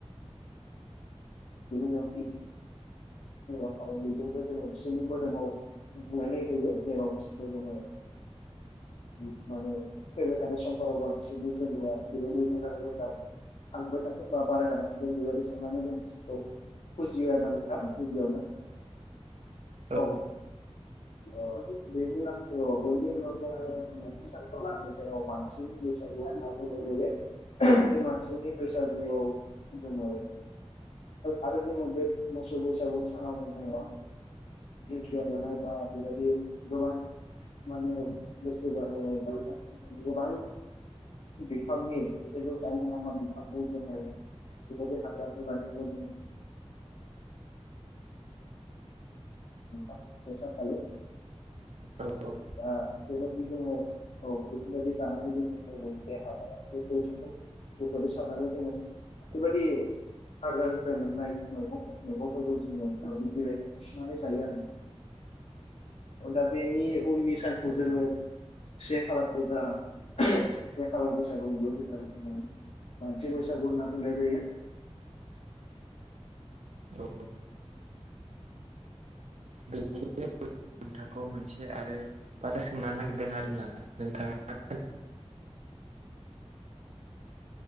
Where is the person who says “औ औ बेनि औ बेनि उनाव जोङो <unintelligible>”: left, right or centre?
Left